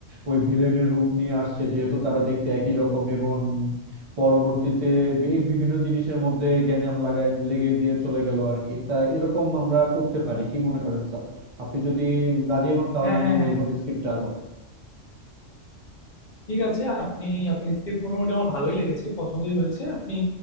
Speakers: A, on the right; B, on the left.
A: ওই ভিলেনের রূপ নিয়ে আসছে যেহেতু তারা দেখতে একই রকম এবং পরবর্তীতে বি- বিভিন্ন জিনিসের মধ্যে গ্যাঞ্জাম লাগায় লেগে দিয়ে চলে গেল আর কি তা এরকম আমরা করতে পারি কি মনে করেন স্যার আপনি যদি রাজি হন তাহলে
B: হ্যাঁ
A: আমি
B: হ্যাঁ হ্যাঁ
A: ওইভাবে স্ক্রিপ্ট আগাবো
B: ঠিক আছে আপনি আপনি স্ক্রিপ্ট মোটামুটি আমার ভালোই লেগেছে পছন্দই হয়েছে আপনি